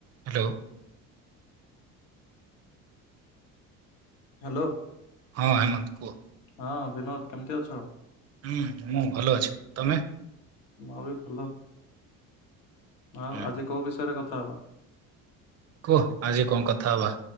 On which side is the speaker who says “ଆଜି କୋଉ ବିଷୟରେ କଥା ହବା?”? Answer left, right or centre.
Left